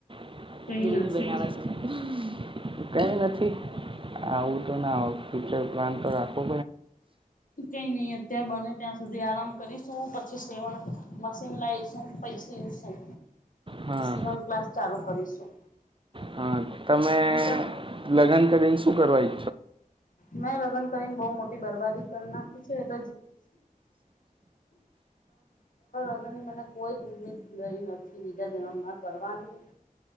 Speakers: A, on the right; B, on the left.
A: <unintelligible>
B: કઈ નથી
A: કઈ નથી આવું તો ના હો ફ્યુચર પ્લાન તો રાખ. <unintelligible>
B: કઈ નઈ અત્યારે બને ત્યાં સુધી આરામ કરીસ. સું પછી સેવણ મશીન લાવીશું. પૈછીશું
A: હા
B: સીવન ક્લાસ ચાલુ કરીશું.
A: હા તમે
B: એમ તો
A: લગ્ન કરીને શું કરવાય.
B: મેં લગ્ન કરીને બહ મોટી બરબાદી કરી નાખી છે એટ લગ્નની મને કોઈ જ ઉમી નથી બીજા જન્મ માં કરવાનું.